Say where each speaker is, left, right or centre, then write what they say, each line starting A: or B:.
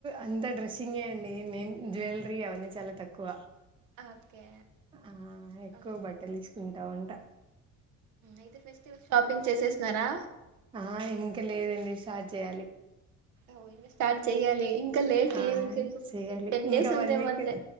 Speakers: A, on the right (about 15°); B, on the right (about 70°).
A: అంతా డ్రెస్సింగే అండి నేను జ్యువెలరీ అవన్నీ చాలా తక్కువ
B: ఓకే
A: ఆ ఎక్కువ
B: ఉమ్,
A: బట్టలు తీసుకుంటా ఉంట
B: అయితే ఫెస్టివల్ షాపింగ్ చేసే సరా
A: ఆ ఇంక లేదండి షా చేయాలి
B: ఓ స్టార్ట్ చెయ్యాలి లేట్
A: ఆ
B: ఏమి ఇంకా ఇంక
A: చెయ్యాలి
B: ఫిఫ్టీ టెన్
A: ఇంకా
B: డేస్
A: వన్
B: ఉందేమో
A: వీక్
B: అంతే